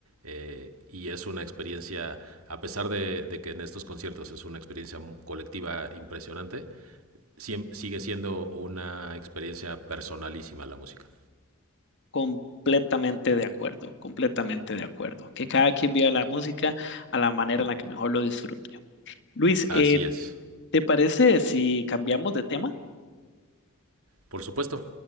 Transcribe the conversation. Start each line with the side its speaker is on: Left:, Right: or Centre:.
Right: Eh, y es una experiencia, a pesar de, de que en estos conciertos es una experiencia mu- colectiva impresionante, siem- sigue siendo una experiencia personalísima la música.
Left: Completamente de acuerdo, completamente de acuerdo. Que cada quien viva la música a la manera en la que mejor lo disfrute. Luis,
Right: Así
Left: eh,
Right: es.
Left: ¿te parece si cambiamos de tema?
Right: Por supuesto,